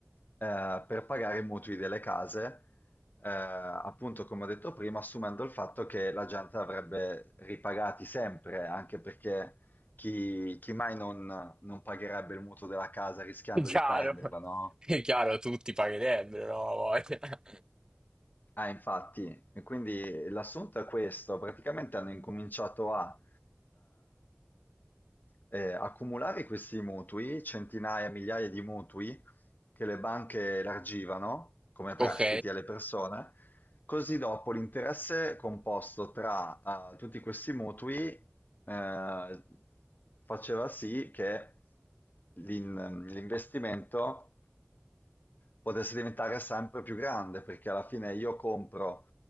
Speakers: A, on the left; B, on the right.
A: eh, per pagare i mutui delle case, eh, appunto come ho detto prima, assumendo il fatto che la gente avrebbe ripagati sempre, anche perché chi, chi mai non, non pagherebbe il mutuo della casa rischiando
B: <laughs> È Chiaro,
A: di perderla, no?
B: è chiaro, tutti pagherebbero, no? Ha voglia.
A: Ah, infatti, e quindi l'assunto è questo, praticamente hanno incominciato a, eh, eh, accumulare questi mutui, centinaia, migliaia di mutui che le banche elargivano come prestiti
B: Ok,
A: alle persone, così dopo l'interesse composto tra eh, tutti questi mutui eh, faceva sì che l'in- l'investimento potesse diventare sempre più grande, perché alla fine io compro